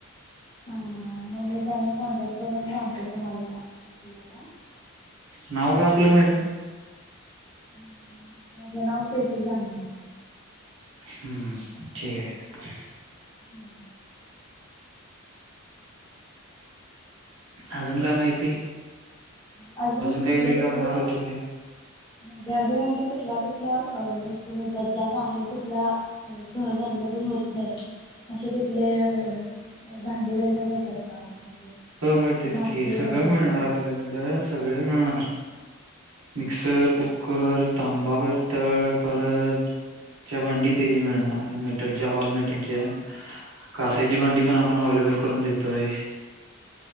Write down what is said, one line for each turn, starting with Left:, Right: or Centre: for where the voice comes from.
Left: आं मम्मी त्यांनी कॉन्टेक करून सांगते तुम्हाला कुलाला
Right: नाव काय आपलं मॅडम?
Left: हं माझं नाव प्रीतीशांग धान
Right: हम्म ठीके.
Left: हम्म
Right: अजून काय माहिती?
Left: आ अजून
Right: काय
Left: कुठले
Right: घरी
Left: कुठले
Right: लागणार होतं काय
Left: म्ह ज्या अजून अशा कुठल्या कुठल्या अं वस्तू मिळतात ज्या बाहेर कुठला सहज अवेलेबल होत नाहीत असे कुठले अं भांडी वगैरे मिळतात का? म्हणजे
Right: हो मिळतेत
Left: मातीमध्ये
Right: कि सगळं मिळणार
Left: वगैरे
Right: आपल्याकडं सगळे मिळणार मिक्सर, कुक्कर तांबा, पित्तळ परतच्या भांडी तेची मिळणार मेटलच्या ऑल मेटलच्या कास्याची भांडी पण आपण अवलेबल करून देतोय.